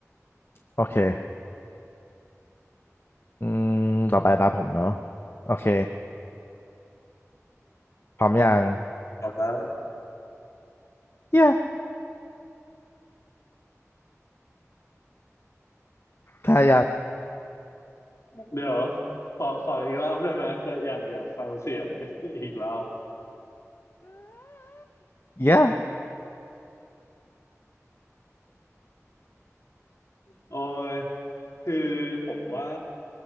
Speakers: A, on the left; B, on the left.
A: โอเคอืมต่อไปตามผมเนาะโอเคพร้อมยัง
B: ครับแล้ว
A: เย้ถ้ายัง
B: เดี๋ยวขอขออีกรอบได้ไหมก็อยากอยากฟังเสียง <laughs> อีกรอบ
A: เย้ <laughs>
B: โอ้ยคือผมว่า